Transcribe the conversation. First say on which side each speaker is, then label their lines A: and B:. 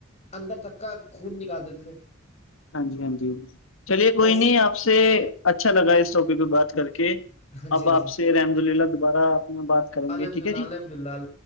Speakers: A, on the left; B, on the left.
A: اندر تک کا خون نکال دیتے تھے
B: ہاں جی ہاں جی چلیے کوئی
A: بس
B: نہیں آپ سے اچھا لگا اس ٹاپک پہ بات کر کے
A: ہاں جی
B: اب
A: ہاں
B: آپ
A: جی
B: سے الحمد للہ دوبارہ آپ نے بات کریں
A: الحمد
B: گے ٹھیک
A: للہ
B: ہے جی
A: الحمد للہ